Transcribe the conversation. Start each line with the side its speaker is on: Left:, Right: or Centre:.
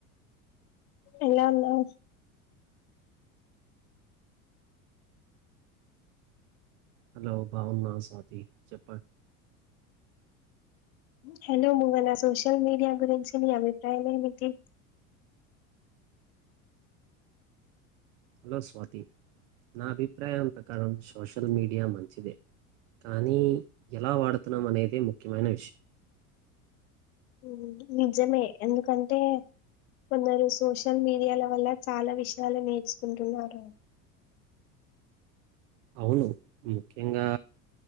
Left: ఎలా ఉన్నావ్
Right: హలో బాగున్నా స్వాతి చెప్పండి
Left: హలో నువల సోషల్ మీడియా గురించి నీ అభిప్రాయమ ఏమిటి
Right: హలో స్వాతి నా అభిప్రాయం ప్రకారం సోషల్ మీడియా మంచిదే కానీ ఎలా వాడుతున్నాం అనేదే ముఖ్యమైన విషయం
Left: ఊ నిజమే ఎందుకంటే కొందరు సోషల్ మీడియాాల వల్ల చాలా విషయాలు నేర్చుకుంటున్నారు
Right: అవును ముఖ్యంగా